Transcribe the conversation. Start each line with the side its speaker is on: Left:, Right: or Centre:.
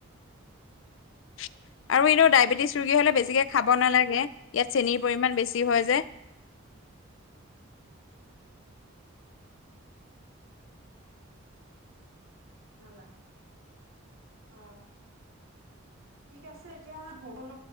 Left: <inaudible>
Right: কৰে
Left: আৰু এনেও
Right: কৰে
Left: ডায়েবেটিছ ৰোগী হ'লে বেছিকে খাব নালাগে। ইয়াত চেনিৰ পৰিমাণ বেছি হয় যে।
Right: নালাগে অঁ। ঠিক আছে এতিয়া বা হ'ব ন।